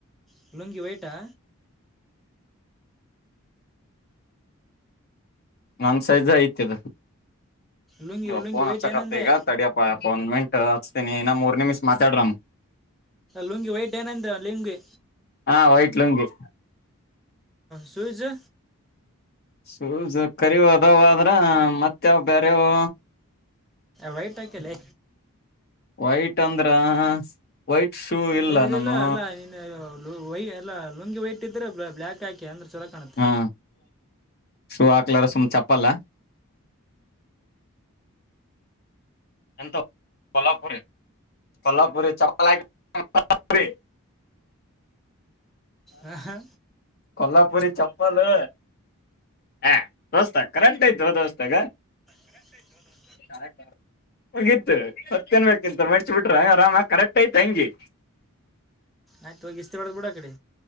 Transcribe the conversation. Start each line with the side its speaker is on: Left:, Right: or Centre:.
Centre: ಹಲ್ಲಂಗಿ ಯಟಾ
Left: ನನ್ ಸೈಜ್ ಐತದು
Centre: ಲುಂಗಿ
Left: ನೀಪ್ಪೋನ್
Centre: ಲುಂಗಿ ವೈಟ್
Left: ಹಚ್ಚಕತ್ತ
Centre: ಏನಂದೆ
Left: ಈಗ ತಡಿಯಪ್ಪ. ನ್ಮೆಂಟ್ ಹಚ್ತೀನಿ ಇನ್ನ ಮೂರ್ನಮಿಸ್ ಮಾತಾಡ್ರನ್.
Centre: ಲುಂಗಿ ವೈಟ್ ಏನಂತ ಲುಂಗಿ.
Left: ಹಾ ವೈಟ್ಲುಂಗಿ.
Centre: ಸಜ
Left: ಶು ಕರಿವ್ ಅದಾವ ಆದ್ರ ಮತ್ತಾವ್ ಬೇರೆವು.
Centre: ವೈಟ್ ಆಕಲ್ಲ.
Left: ವೈಟ್ ಅಂದ್ರ ವೈಟ್ ಶೂ ಇಲ್ಲ
Centre: ಏ ಇಲ್ಲಿಲ್ಲ
Left: ನಾನು
Centre: ಅಲ್ಲ ನೀನು ಎಲ್ಲ ಲುಂಗಿ ವೈಟ್ ಇದ್ರೆ ಬ್ಲ್ಯಾಕ್ ಹಾಕಿ ಅಂದ್ರೆ ಚೊಲೋ ಕಾಣುತ್ತೆ.
Left: ಹಾ ಶೂ ಹಾಕ್ಲಾರ ಸುಮ ಚಪ್ಪಲ್ಲ. ಎಂತ ಕಲಪರೀ. ಸಲ್ಲಪುರೀ ಚಪ್ಪಲ್
Centre: ಹ ಹಾ
Left: ಕೊಲ್ಲಾಪುರಿ ಚಪ್ಪಾಲು ಹ ದೋಸ್ತ ಕರೆಂಟ್ ಆಯ್ತು ದೋಸ್ತಾಗ.
Centre: ಕರೆಕ್ಟ್ ಆಯಿತೋ.
Left: ಕರೆಕ್ಟ್. ಹೋಗಿತ್ತು ಹತ್ಕನ್ ಬೇಕೆಂತ ಮಡಚಿ ಬಿಟ್ರ ಆರಾಮ ಕರೆಕ್ಟ್ ಆಯ್ತಿ ಹೆಂಗಿ.
Centre: ಆಯ್ತು ಇಿಸ್ತೀ ಮಾಡಳ ಬಿಡ ಆ ಕಡೆ.